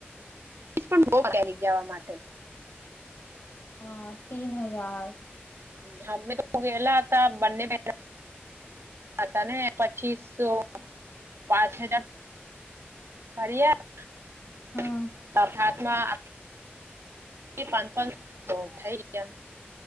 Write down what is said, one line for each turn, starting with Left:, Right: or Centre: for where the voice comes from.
Right: પણ બો <unintelligible> માટે
Left: હ તીન હજાર,
Right: હમે તો ગેલા હતા બંને પ, હાતા ને પચીસસો પાંચ હજાર, ભરીયા
Left: હમ
Right: તાપ માં, પાંચ પાચ તો થઈ ગીયા